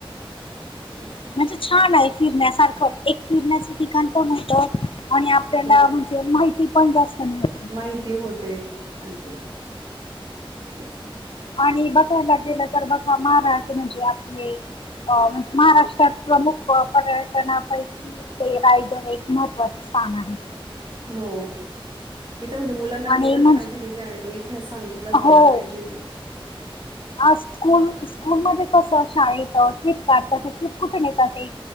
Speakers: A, on the right; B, on the left.
A: तेच आहे
B: म्हणजे छान आहे फिरण्यासारखं एक फिरण्याचं ठिकाण पण होत आणि आपल्याला
A: हो
B: म्हणजे माहिती पण जास्त मिळ
A: माहिती होते छानपैकी तेच ना
B: आणि बघायला गेलं तर बघा महाराज म्हणजे आपले अ म्हणजे महाराष्ट्रात प्रमुख पर्यटनापैकी ते रायडन एक महत्त्वाचं स्थान आहे
A: हो मी तर म्हणते मुलांना नेलंच
B: आणि म्हणजे
A: पाहिजे तिथे आण तो इ तिहास सांगितलाच गेला
B: हो
A: पाहिजे
B: आज स्कूल स्कूलमध्येसं शाळेत ट्रिप काढतात ट्रिप कुठून येतात ते